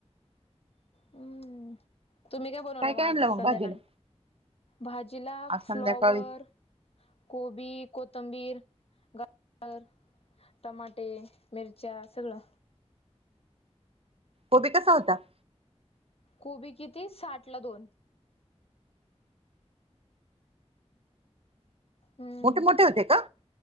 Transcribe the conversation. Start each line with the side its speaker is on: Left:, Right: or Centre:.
Left: हम्मं तुम्हीं कायं बनवलं
Right: काय
Left: मंग
Right: काय
Left: आंज
Right: आणलं मग
Left: संध्याकांळी?
Right: भाजीला
Left: भाजी लां
Right: आज संध्याकाळी
Left: फ्लॉवर कोबी कोथंबीर गवांर- टमाटे मिर्च्या सगळं.
Right: कोबी असां होतां?
Left: कोबी किती साठ लां दोन. हम्मं.
Right: मोठे, मोठे होते का?